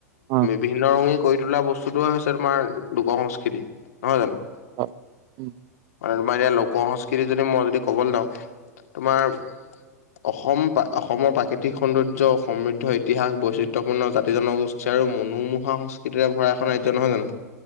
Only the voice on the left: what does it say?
ভিন্ন ৰঙী কৰি তোলা বস্তুটোয়ে হৈছে তোমাৰ লোক সংস্কৃতি। নহয় জানো?
মানে তোমাৰ এতিয়া লোক সংস্কৃতি যদি মই যদি ক'বলৈ যাওঁ তোমাৰ অসম অসমৰ প্ৰাকৃতিক সৌন্দৰ্য সমৃদ্ধ ইতিহাস বৈচিত্ৰপূৰ্ণ জাতি জনগো ষ্ঠী আৰু মনোমোহা সংস্কৃতিৰে ভৰা এখন ৰাজ্য নহয় জানো?